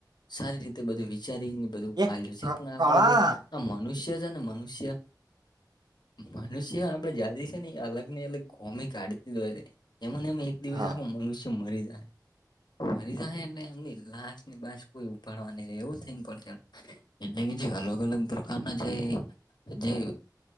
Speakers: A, on the left (about 70°); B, on the right (about 65°).
A: સારી રીતે બધું વિચારી બધું
B: એક
A: આલ્યુ છે. પણ આપણે
B: કળા
A: જે આ મનુષ્ય છે ને મનુષ્ય મનુષ્ય આપડે જાતિ છે. ને એ અલગ ને અલગ ખોમી કાઢતી જ હોય છે. એમને એ એક દિવસ
B: હા
A: આખો મનુષ્ય મરી જાય. મરી ને એમને એમ લાશ ની બાસ કોઈ ઉપાડવા ની રહે એવું થઈને પડી રહે. એટલે કે જે અલગ અલગ પ્રકારના જે જે